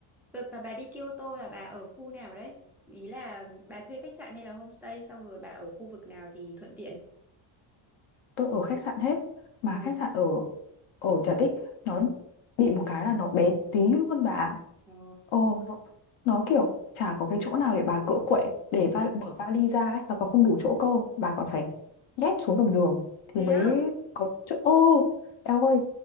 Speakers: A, in the centre; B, on the left.
A: Đợt mà bà đi Kyoto là bà ở khu nào đấy? Ý là bà thuê khách sạn hay là homestay xong rồi bà ở khu vực nào thì thuận tiện?
B: tôi ở khách sạn hết mà
A: Ờ.
B: khách sạn ở ở Trà Tích nó bị một cái là nó bé tí luôn bà ạ.
A: Ờ.
B: ồ nó, nó kiểu chả có cái chỗ nào để bà cựa quậy để va, mở vali ra ấy, và còn không đủ chỗ cơ bà còn phải nhét xuống gầm giường thì
A: Thế
B: mới
A: á?
B: có chỗ ô eo ơi